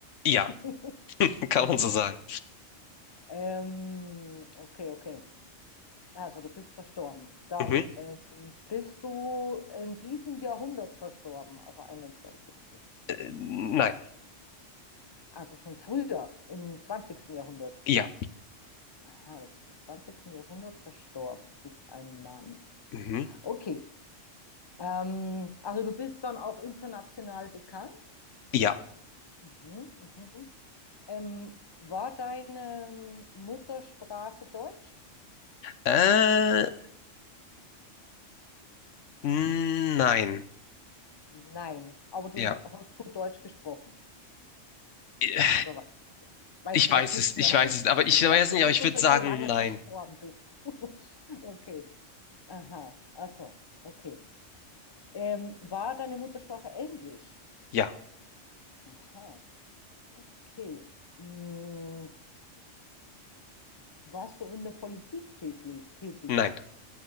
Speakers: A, on the left; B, on the left.
A: Ja,
B: <laughs>
A: <laughs> kann
B: Mhm.
A: man so sagen.
B: Ähm, okay, okay. Also du bist verstorben. Dann
A: Mhm.
B: ähm, bist du in diesem Jahrhundert verstorben, also einundzwanzigstes.
A: Äh, nein.
B: Also schon früher, im zwanzigsten Jahrhundert.
A: Ja.
B: Aha, du bist im zwanzigsten Jahrhundert verstorben, bist ein Mann.
A: Mhm.
B: Okay. Ähm, also du bist dann auch international bekannt.
A: Ja.
B: Mhm, mhm. Ähm, war deine Muttersprache Deutsch?
A: Äh, nein.
B: Nein, aber du
A: Ja.
B: hast gut Deutsch gesprochen.
A: Äh,
B: Oder wei weißt
A: Ich weiß
B: du das nicht
A: es, ich
B: mehr,
A: weiß
B: weißt
A: es, aber ich
B: du,
A: weiß
B: <laughs> so,
A: nicht,
B: bis
A: aber ich
B: du
A: würde
B: schon
A: sagen,
B: so lange
A: nein.
B: verstorben bist? <laughs> Okay. Aha, ach so, okay. Ähm, war deine Muttersprache Englisch?
A: Ja,
B: Aha, okay. Hm, warst du in der Politik tätig? tätig?
A: nein,